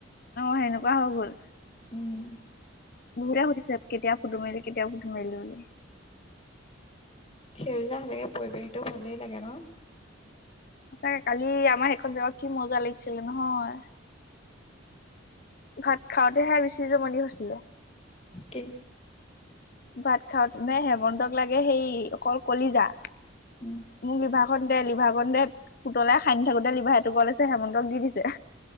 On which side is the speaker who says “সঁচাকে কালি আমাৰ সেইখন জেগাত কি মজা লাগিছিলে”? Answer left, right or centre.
Left